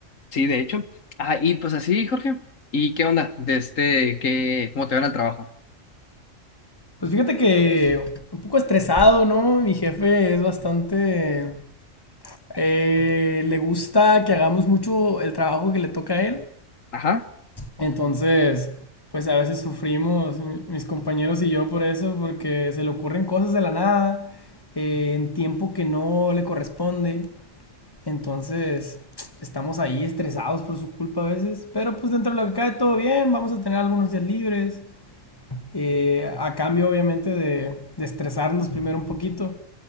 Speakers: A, on the left (about 75°); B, on the left (about 15°).
A: Sí, de hecho. Ah, y pues así, Jorge. ¿Y qué onda? De este, qué, ¿cómo te van al trabajo?
B: Pues fíjate que un poco estresado, ¿no? Mi jefe es bastante... eh, le gusta que hagamos mucho el trabajo que le toca a él.
A: Ajá.
B: Entonces, pues a veces sufrimos, mi- mis compañeros y yo, por eso, porque se le ocurren cosas de la nada, eh, en tiempo que no le corresponde. Entonces, <tsk> estamos ahí estresados por su culpa a veces, pero pues dentro de lo que cae todo bien, vamos a tener algunos días libres, eh, a cambio obviamente de, de estresarnos primero un poquito.